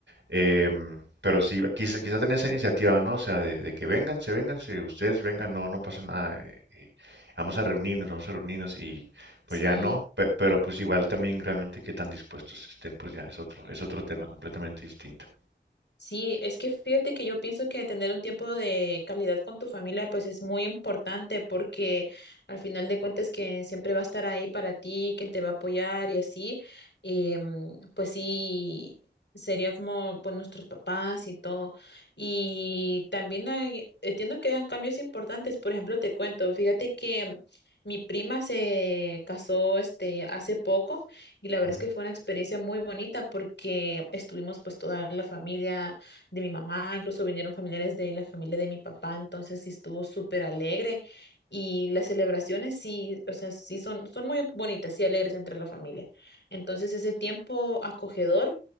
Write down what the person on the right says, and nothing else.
Em, pero sí, quizá, quizá tener esa iniciativa, ¿no? O sea, de, de que vengan, se vengan, si ustedes vengan, no, no pasa nada. eh, eh, vamos a reunirnos, vamos a reunirnos y pues
ya no, pe- pero pues igual también realmente qué tan dispuestos estén, pues ya es otro, es otro tema completamente distinto.
Ujú.